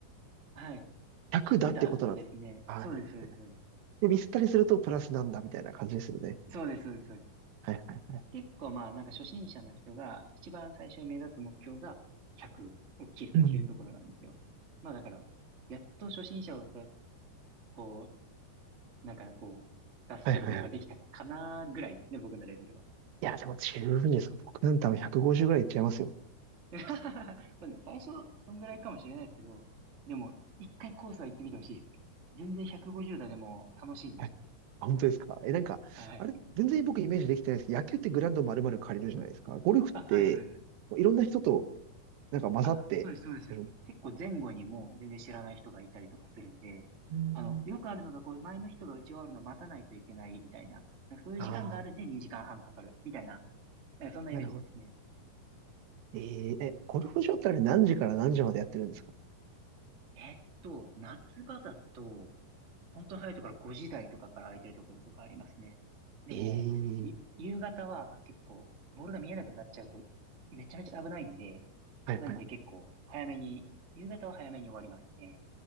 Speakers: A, on the right; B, on the right.
A: はい。
B: ひゃくだってことなんですかああひゃくだ。
A: 100だですね。そうです、そうです、そうです。
B: で、ミスったりするとプラスなんだみたいな感じですよね。
A: そうです、そうです、そうです。
B: はいはいはい。
A: 結構まあ、なんか初心者の人が一番最初に目指す目標が100を切るっていうところなんですよ。
B: うん。
A: まあだから、やっと初心者を出す、こう、なんかこう、脱することができたかなぐらいですね、
B: はいはいはい。
A: 僕のレベルは。
B: いや、でも十分ですか。僕なんて多分150ぐらいいっちゃいますよ。
A: <laughs> まあでも最初、そんぐらいかもしれないですけど、でも、一回コースは行ってみてほしいです。全然150打でも楽しいんで。
B: はいあ、本当ですかえ、なんか、
A: はい。
B: あれ、全然僕イメージできてないですけど、野球ってグラウンド丸々借りるじゃないですか。ゴルフって、
A: あ、はいはいはい。
B: もういろんな人と、なんか混ざってやる、
A: あ、そうです、そうです。結構前後にもう全然知らない人がいたりとかするんで、
B: うんうん。
A: あの、よくあるのが、こう、前の人が打ち終わるのを待たないといけないみたいな、なんかそういう時間があるんで2時間半かかるみたいな、
B: ああ、
A: なんかそんなイメージですね。
B: なるほど。えー、え、ゴルフ場ってあれ何時から何時までやってるんですか
A: えっと、夏場だと、本当に早いところ5時台とかから空いてるところとかありますね。でも、
B: ええ
A: ゆ夕方は結構、ボールが見えなくなっちゃうと、めちゃめちゃ危ないんで、
B: はいはいはい。
A: なんで結構、早めに、夕方は早めに終わりますね。